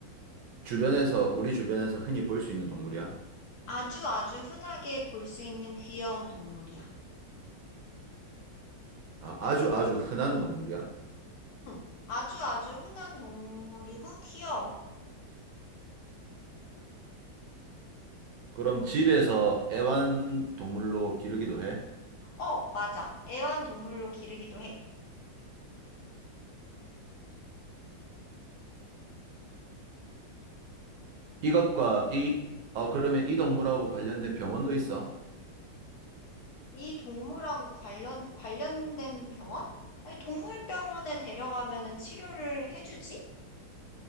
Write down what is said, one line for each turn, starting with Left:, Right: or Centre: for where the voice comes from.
Right: 주변에서, 우리 주변에서 흔히 볼 수 있는 동물이야?
Left: 아주 아주 흔하게 볼 수 있는 귀여운 동물이야.
Right: 아, 아주 아주 흔한 동물이야?
Left: 음, 아주 아주 흔한 동물이고 귀여워.
Right: 그럼 집에서 애완 동물로 기르기도 해?
Left: 어, 맞아. 애완동물로 기르기도 해.
Right: 이것과 이, 어, 그러면 이 동물하고 관련된 병원도 있어?
Left: 이 동물하고 관련 관련된 병원? 아니, 동물병원에 데려가면은 치료를 해주지?